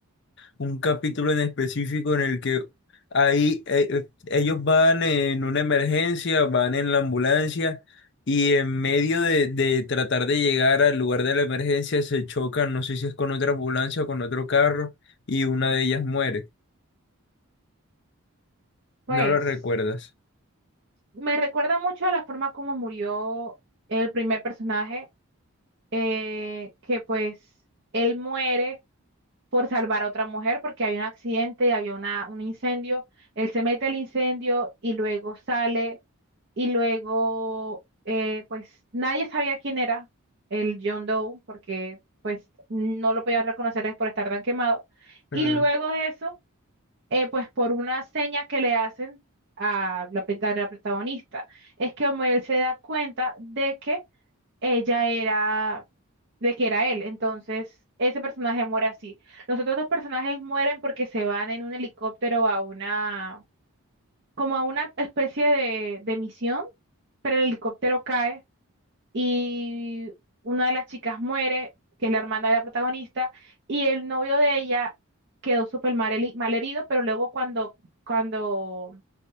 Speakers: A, on the left; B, on the right.
A: un capítulo en específico en el que ahí eh, ellos van en una emergencia, van en la ambulancia y en medio de, de tratar de llegar al lugar de la emergencia se chocan, no sé si es con otra ambulancia o con otro carro y una de ellas muere.
B: pues
A: ¿No lo recuerdas?
B: me recuerda mucho a la forma como murió el primer personaje eh, que pues él muere por salvar a otra mujer porque hay un accidente había una, un incendio. Él se mete al incendio y luego sale y luego eh, pues nadie sabía quién era el John Doe porque pues no lo podían reconocer es por estar tan quemado.
A: Claro.
B: Y luego de eso, eh, pues por una seña que le hacen a la, pe- a la protagonista, es que como él se da cuenta de que ella era de que era él. Entonces, ese personaje muere así. Los otros dos personajes mueren porque se van en un helicóptero a una, como a una especie de, de misión, pero el helicóptero cae y una de las chicas muere, que es la hermana de la protagonista, y el novio de ella quedó súper mal, heri- mal herido, pero luego cuando, cuando